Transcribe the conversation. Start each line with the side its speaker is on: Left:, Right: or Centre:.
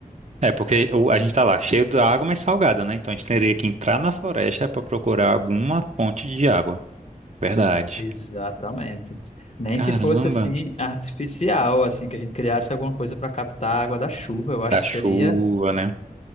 Right: É, porque o- a gente tá lá cheio da água, mas salgada, né? Então a gente teria que entrar na floresta para procurar alguma fonte de água. Verdade.
Left: Exatamente. Nem
Right: Caramba.
Left: que fosse assim artificial, assim que a gente criasse alguma coisa para captar a água da chuva, eu acho
Right: Da
Left: que
Right: chuva,
Left: seria
Right: né?